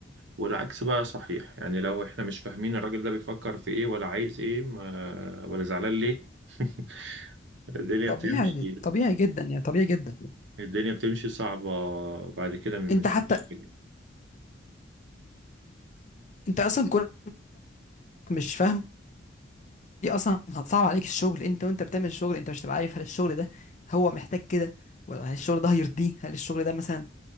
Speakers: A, on the right; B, on the left.
A: والعكس بقى صحيح يعني لو احنا مش فاهمين الراجل ده بيفكر في ايه ولا عايز ايه ما ولا زعلان ليه <laughs> الدنيا
B: طبيعي
A: بتمشي
B: طبيعي جدا يعني طبيعي جدا
A: الدنيا بتمشي صعبة بعد كده مش
B: انت حتى
A: مش-
B: انت اصلا كونك مش فاهمه دي اصلا هتصعب عليك الشغل انت وانت بتعمل الشغل انت مش هتبقى عارف هل الشغل ده هو محتاج كده ولا هل الشغل ده هيرضيه هل الشغل ده مثلا